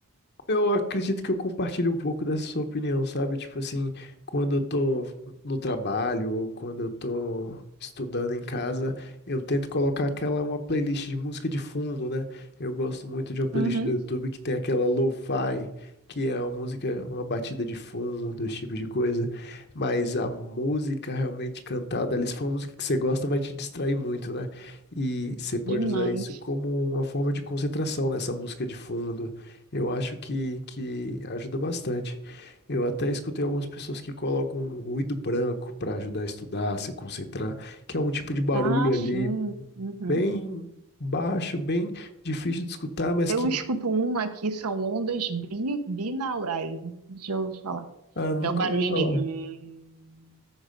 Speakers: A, on the left; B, on the right.
A: eu acredito que eu compartilho um pouco dessa sua opinião, sabe? Tipo assim, quando eu tô no trabalho ou quando eu tô estudando em casa, eu tento colocar aquela uma playlist de música de fundo, né? Eu gosto muito de uma playlist
B: Uhum,
A: do YouTube que tem aquela lo-fi, que é uma música, uma batida de fundo, esse tipo de coisa. Mas a música realmente cantada ali, se for uma música que você gosta, vai te distrair muito, né? E você pode
B: demais.
A: usar isso como uma forma de concentração nessa música de fundo eu acho que, que ajuda bastante. Eu até escutei algumas pessoas que colocam um ruído branco para ajudar a estudar, a se concentrar, que é um tipo de barulho
B: Ah,
A: ali
B: sim. Uhum.
A: bem baixo, bem difícil de escutar, mas
B: Eu
A: que
B: escuto uma que são ondas bi, binaurais. Deixa eu falar.
A: ah, nunca
B: É o barulhinho
A: ouvi falar.
B: meio. hum,